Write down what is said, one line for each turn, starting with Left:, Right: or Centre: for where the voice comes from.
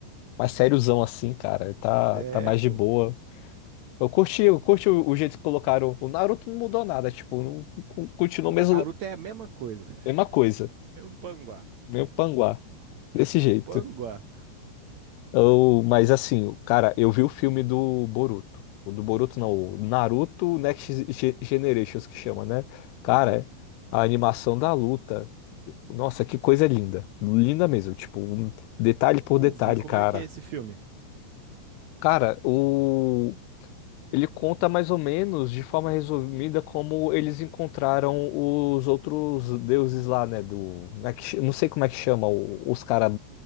Left: mais sériozão assim, cara. Ele tá
Right: É,
Left: tá mais
Right: pô.
Left: de boa. Eu curti, eu curti o, o jeito que colocaram. O Naruto não mudou nada, tipo, não, con- continuou
Right: Naruto
Left: mesmo
Right: é a mesma coisa.
Left: mesma coisa,
Right: <laughs> Mesmo panguá.
Left: meio panguá, desse
Right: Um
Left: jeito.
Right: panguá.
Left: Eu, mas assim, cara, eu vi o filme do Boruto. O do Boruto não, o Naruto Next Ge- Generations que chama, né? Cara, a animação da luta. Nossa, que coisa linda. Linda mesmo, tipo, um detalhe por
Right: Não
Left: detalhe,
Right: vi como
Left: cara.
Right: é que é esse filme.
Left: Cara, o ele conta mais ou menos de forma resumida como eles encontraram os outros deuses lá, né, do, né, que- não sei como é que chama o- os cara